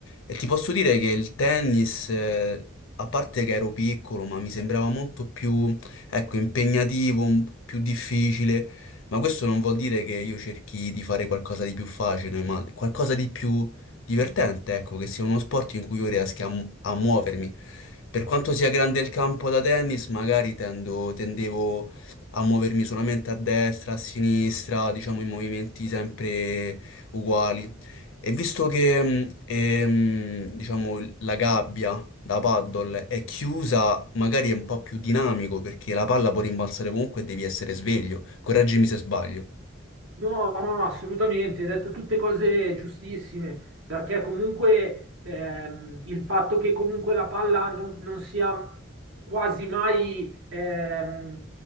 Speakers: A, on the left; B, on the right.
A: e ti posso dire che il tennis, eh, a parte che ero piccolo, ma mi sembrava molto più, ecco, impegnativo, un- più difficile, ma questo non vuol dire che io cerchi di fare qualcosa di più facile, ma qualcosa di più divertente, ecco, che sia uno sport in cui io riesca a, mu- a muovermi. Per quanto sia grande il campo da tennis, magari tendo- tendevo a muovermi solamente a destra, a sinistra, diciamo in movimenti sempre uguali. E visto che, mh, ehm, diciamo, la gabbia da paddle è chiusa, magari è un po' più dinamico perché la palla può rimbalzare comunque e devi essere sveglio. Correggimi se sbaglio.
B: No, no, no, assolutamente, hai detto tutte cose giustissime, perché comunque ehm, il fatto che comunque la palla non, non sia quasi mai ehm,